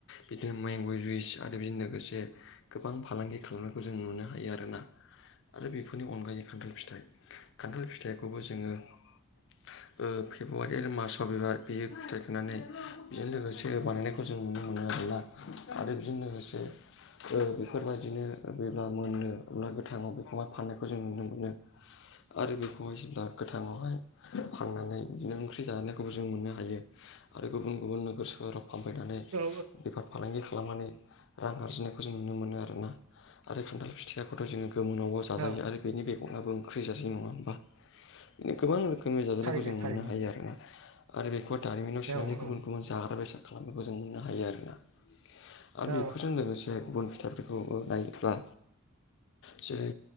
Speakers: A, on the left; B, on the right.
A: बिदिनो मेंगजुइस आरो बिजोंनो लोगोसे गोबां फालांगि खालामनायखौ जों नुनो हायो आरोना। आरो बेफोरनि अनगायै खान्थाल फिथाइ खान्थाल फिथाइखौबो जोङो ओ फेब्रुवारि आरो मार्चआव बेबेबा बियो फिथाइ थाइनानै बेजों लोगोसे बानायनायखौ जों नुनो मोनो आरोना। आरो बेजों लोगोसे ओ बेफोरबायदिनो बेबा मोननो अब्ला गोथाङाव बेखौहाय फाननायखौ जों नुनो मोनो। आरो बेखौहाय जेब्ला गोथाङावहाय फाननानै बिदिनो ओंख्रि जानायखौबो जों मोननो हायो आरो गुबुन गुबुन नोगोर सोहोराव फानबाय थानाय
B: औ
A: बेफार फालांगि खालामनानै रां आरजिनायखौ जों नुनो मोनो आरोना। आरो खान्थाल फिथाइयाखौथ' जोङो गोमोनावबा जाजायो
B: औ
A: आरो बेनि बेगराबो ओंख्रि जाजायो नङा ओनबा माने गोबां रो खोमनि जाजानायखौ
B: थारैनो
A: जों
B: थारैनो
A: मोननो हायो आरोना आरो बेखौहाय दारिमिनाव सोनानै
B: औ
A: गुबुन
B: औ
A: गुबुन जाग्रा बेसाद खालामनायखौ जों नुनो हायो आरोना‌। आरो बेफोरजों
B: औ
A: लोगोसे गुबुन फिथाइफोरखौबो गायोब्ला जेरै